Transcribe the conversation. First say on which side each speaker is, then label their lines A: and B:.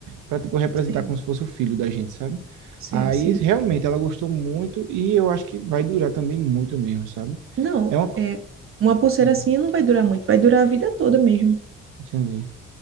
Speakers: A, on the right; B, on the right.
A: para tipo representar
B: Sim,
A: como se fosse o filho da gente, sabe?
B: sim,
A: Aí
B: sim.
A: realmente ela gostou muito e eu acho que vai durar também muito mesmo, sabe?
B: Não,
A: É uma
B: é, uma pulseira
A: Hum,
B: assim não vai durar muito, vai durar a vida toda mesmo.
A: entendi.